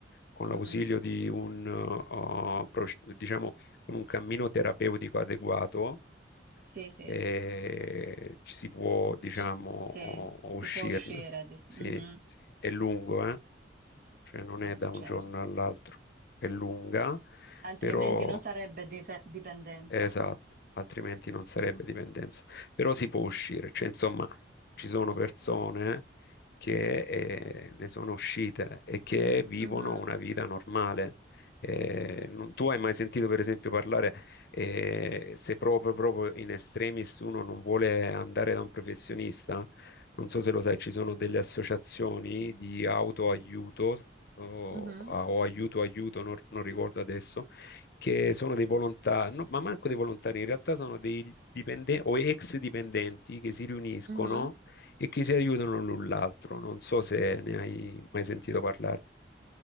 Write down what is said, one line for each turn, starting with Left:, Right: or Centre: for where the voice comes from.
Left: con l'ausilio
Right: Mhm.
Left: di un, oh, proce- diciamo, con un cammino terapeutico adeguato,
Right: Sì, sì,
Left: eh, ci si può, diciamo,
Right: C-
Left: oh,
Right: sì,
Left: oh,
Right: si
Left: uscirne.
Right: può uscire. di-
Left: Sì,
Right: mhm.
Left: sì. È lungo, eh? Cioè non
Right: Eh,
Left: è da un
Right: certo.
Left: giorno all'altro, è lunga
Right: Altrimenti
Left: però
Right: non sarebbe dife- dipendenza.
Left: Esatto, altrimenti non sarebbe dipendenza. Però si può uscire, cioè insomma ci sono persone che eh, ne sono uscite e che vivono
Right: Mhm,
Left: una vita normale. Eh, non- tu hai mai sentito per esempio parlare eh, se proprio, proprio in estremis uno non vuole andare da un professionista? Non so se lo sai, ci sono delle associazioni di autoaiuto o,
Right: mhm,
Left: o aiuto aiuto, non non ricordo adesso che sono dei volontari, no, ma manco dei volontari, in realtà sono dei dipendenti o ex dipendenti che si riuniscono
Right: mhm.
Left: e che si aiutano l'un l'altro. Non so se ne hai mai sentito parlare.